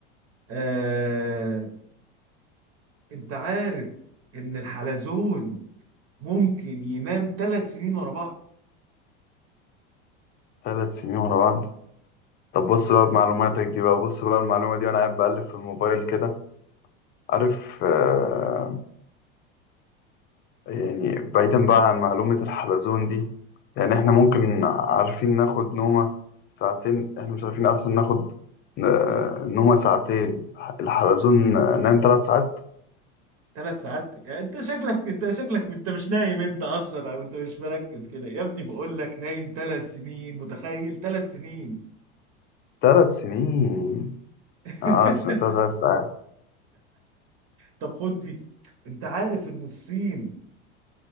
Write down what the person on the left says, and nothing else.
ثلاث سنين ورا بعض طب بص بقى بمعلوماتك دي بقى بص بقى المعلومة دي وأنا قاعد بقلب في الموبايل كده عارف آه يعني بعيدا بقى عن معلومة الحلزون دي يعني إحنا ممكن عارفين ناخد نومة ساعتين إحنا مش عارفين أصلا ناخد آه نومة ساعتين الحلزون آه، نام ثلاث ساعات
ثلاث سنين
آه سمعتها ثلاث ساعات